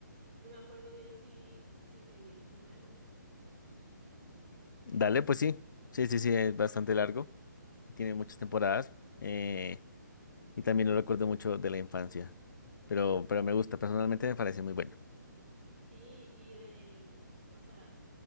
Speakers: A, on the right; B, on the left.
A: no me acuerdo bien si, si me vi el final o qué.
B: dale,
A: Tu-
B: pues sí. Sí, sí, sí, es bastante largo. Tiene muchas temporadas. eh, y también lo recuerdo mucho de la infancia. Pero, pero me gusta, personalmente me parece muy bueno.
A: Sí, y de, o sea,